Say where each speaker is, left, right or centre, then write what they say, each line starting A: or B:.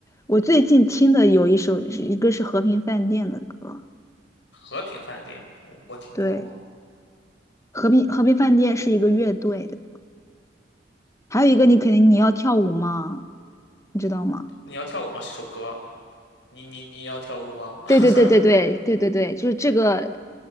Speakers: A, on the left; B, on the left.
A: 我最近听的有一首，是一个是和平饭店的歌，
B: 和平饭店，我我听过吗？
A: 对，和平和平饭店是一个乐队的，还有一个你肯定你要跳舞吗？你知道吗？
B: 你要跳舞吗？是首歌。你你你要跳舞吗？<laughs>
A: 对对对对对对对对，就是这个